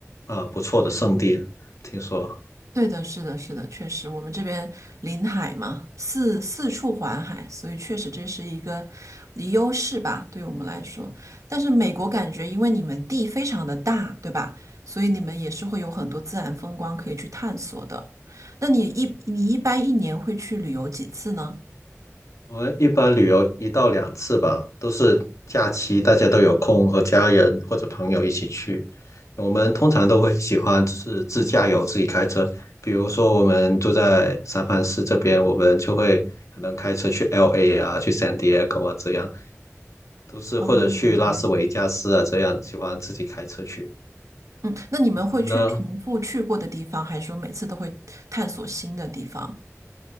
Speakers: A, on the left (about 75°); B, on the right (about 80°).
A: 呃不错的胜地。听说
B: 对的，是的，是的，确实，我们这边临海嘛，四四处环海，所以确实这是一个优势吧，对我们来说。但是美国感觉，因为你们地非常的大，对吧？所以你们也是会有很多自然风光可以去探索的。那你一你一般一年会去旅游几次呢？
A: 我们一般旅游一到两次吧，都是假期大家都有空和家人或者朋友一起去。我们通常都会喜欢是自驾游，自己开车。比如说我们住在三藩市这边，我们就会可能开车去 LA 啊，去 San Diego 啊这样，都是或者去拉斯维加斯啊这样，
B: 哦，明白。
A: 喜欢自己开车去。
B: 嗯，那你们会去重复去过的地方，
A: 你们呢？
B: 还是说每次都会探索新的地方？